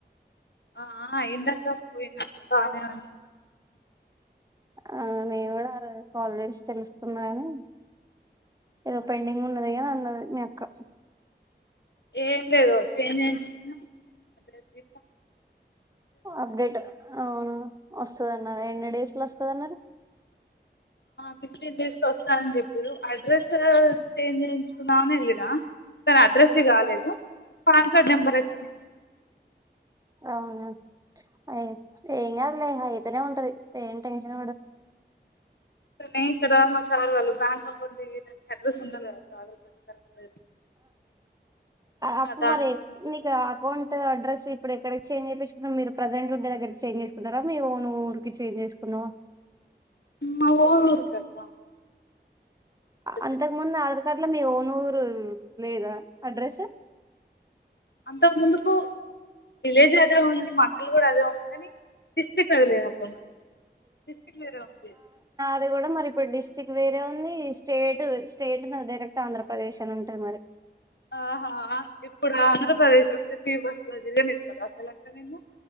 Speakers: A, on the left (about 75°); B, on the right (about 20°).
A: ఆ అయింది అక్క పోయినా బానే అయింది
B: ఆ నేను కూడా ఆర కాలజేస్ తెలుసుకున్నాని ఏదో పేడింగ్ ఉండదిగా మక
A: ఏం లేదు ఎమ్ చెసినావ్ నే అద రజట్
B: అప్డేట్ అవునా వస్తుద అన్నారు ఎన్ని డేస్ లో వస్తుంది అన్నారు
A: ఫిఫ్టీన్ డేస్ వస్తానని చెప్పారు అడ్రస్ చేంజ్ చేయించుకున్నామని వెళ్ళనా కాని అడ్రస్ కాలేదు పాన్ కార్డ్ నెంబర్ అయితే చేంజ్ చే
B: అవునా అ ఏం కాదులే హైదనా ఉంటది ఏ టషడ
A: అనీ ఇక్కడ మా సార్ వాళ్ళు బ్యాంక్ అకౌంట్ అడ్రస్ ఉండాలి కదా సార్ కరెక్ట్
B: అప్పు
A: దానికోసం
B: మరి మీకు అకౌంట్ అడ్రెస్ ఇప్పుడు ఎక్కడికి చేంజ్ చేయిసుకున్నా మీరు ప్రజెంట్ ఉంటే దగ్గకి చేంజ్ చేసుకున్నా మీ ఊరికి చేంజ్ చేసుకున్నావు
A: మా వోలురకర్ క
B: అంతకు
A: చేంజ్
B: ముందు ఆధార్ కార్డ్ లో మీ ఓనూరు లేదా అడ్రస్
A: అంత ముందుకు విలేజ్ అదే ఉంది మండల అదే ఉంది కాని డిస్ట్రిక్ట్ అది లేదు అక్క మ డిస్ట్రిక్ట్ మీరే ఉంది
B: అది కూడా మరి ఇప్పుడు డిస్టిక్ వేరే ఉంది స్టేట్ స్టేట్ ఉన్నారు డైరెక్ట్ ఆంధ్రప్రదేశ్ అని ఉంటంది మరి
A: ఆహా ఇప్పుడు ఆంధ్రప్రదేశ్ వస్తే తీటీ వస్త దిస్తా అసలులాతారేన్న